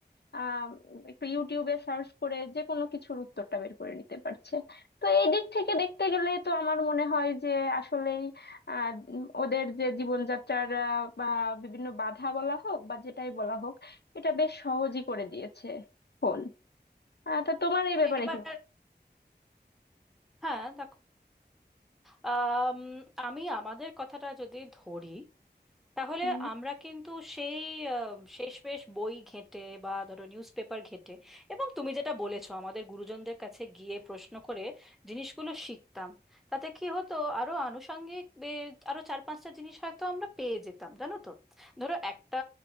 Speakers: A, on the left; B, in the centre.
A: আহ, একটু ইউটিউবে সার্চ করে যে কোনো কিছুর উত্তরটা বের করে নিতে পারছে তো এই দিক থেকে দেখতে গেলে তো আমার মনে হয় যে আসলেই আহ উম, ওদের যে জীবনযাত্রার আহ, বা বিভিন্ন বাধা বলা হোক বা যেটাই বলা হোক এটা বেশ সহজই করে দিয়েছে ফোন আহ তা তোমার এই ব্যাপারে
B: এবার
A: কি মত
B: হ্যাঁ দেখো আম, আমি আমাদের কথাটা যদি ধরি তাহলে
A: উম,
B: আমরা কিন্তু সেই আহ, শেষমেশ বই ঘেঁটে বা ধরো নিউজপেপার ঘেঁটে এবং তুমি যেটা বলেছো আমাদের গুরুজনদের কাছে গিয়ে প্রশ্ন করে জিনিসগুলো শিখতাম তাতে কি হতো আরো আনুষঙ্গিক বে- আরো চার পাঁচটা জিনিস হয়তো আমরা পেয়ে যেতাম জানো তো ধরো একটা